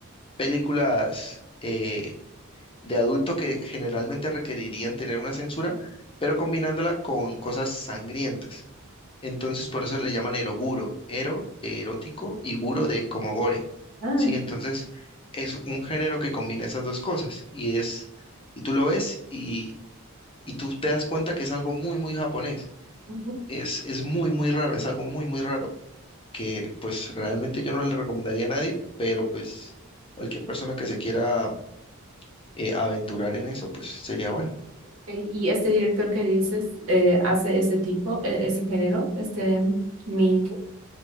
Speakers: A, on the left; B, on the right.
A: películas eh, de adulto que generalmente requerirían tener una censura, pero combinándola con cosas sangrientas. Entonces, por eso le llaman eroguro, ero de erótico y guro de como gore.
B: Ah,
A: Sí, entonces es un género que combina esas dos cosas y es y tú lo ves y, y tú te das cuenta que es algo muy muy japonés.
B: ujú.
A: Es es muy muy raro, es algo muy muy raro que pues realmente yo no le recomendaría a nadie, pero pues cualquier persona que se quiera eh, aventurar en eso, pues sería bueno.
B: Ok, Y este director que dices eh, hace ese tipo, eh, ese género, este mi ¿qué?